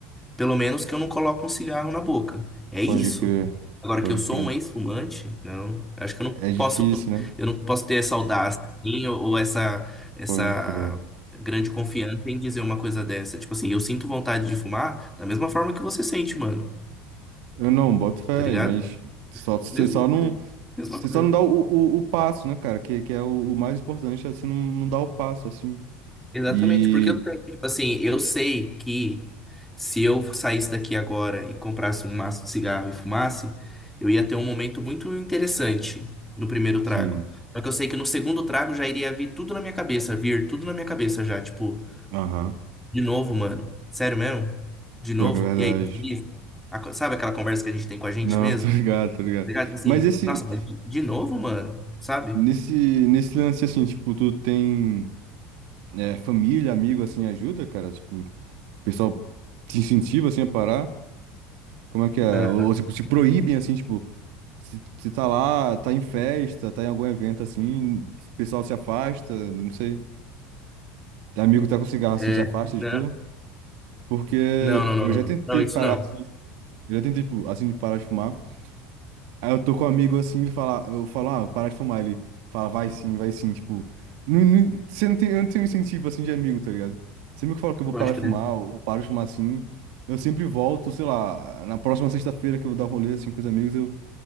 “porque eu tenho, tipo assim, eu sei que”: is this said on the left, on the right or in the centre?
Centre